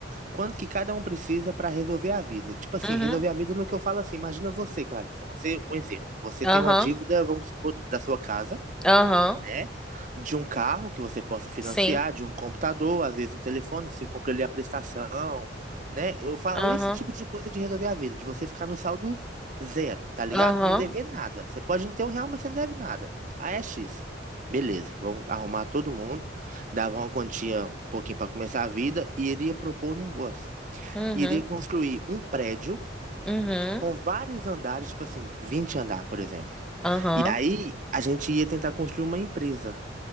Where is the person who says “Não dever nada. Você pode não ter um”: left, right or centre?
Right